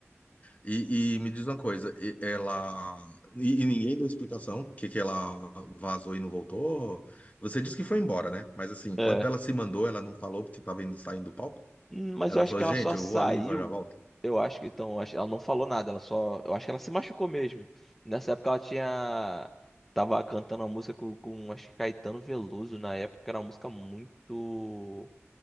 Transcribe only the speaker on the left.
e, e me diz uma coisa, e- ela. E, e ninguém deu explicação que, que ela vazou e não voltou. Você disse que foi embora, né? Mas assim,
quando ela se mandou, ela não falou porque estava indo, saindo do palco?
Ela
não
falou,
gente,
eu
vou ali e já volto.